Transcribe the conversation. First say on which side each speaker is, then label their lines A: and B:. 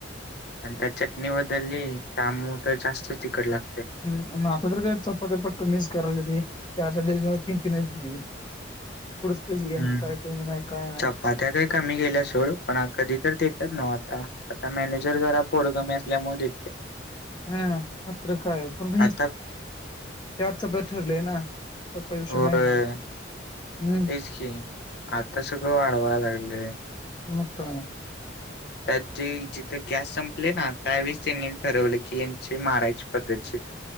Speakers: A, on the left (about 55°); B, on the left (about 25°).
A: आणि त्या चटणी बदलली त आंमू तर जास्तच तिखट लागतय
B: हम् आता तर काय चपात्या कमीच करायला त <unintelligible> तीन तीन दि दि बुझी
A: हम्म
B: ग ना काय मी नाही नाही
A: चपात्या काही कमी गेल्या सोड पण कधी तर देतच नव्ह आता आता मॅनेजर जरा पोर कमी अस असल्यामुळे देतोय
B: हम मात्र काय पण
A: आता
B: <unintelligible> ठरले ना <unintelligible> युष
A: होय
B: महिना हम्म
A: तेच की आता सगळं वाढवा लागलेय
B: मग काय
A: त्या ज जिथे गॅस संपले ना त्यावेळीस त्यांनी ठरवले की यांची मारायची पद्धतीची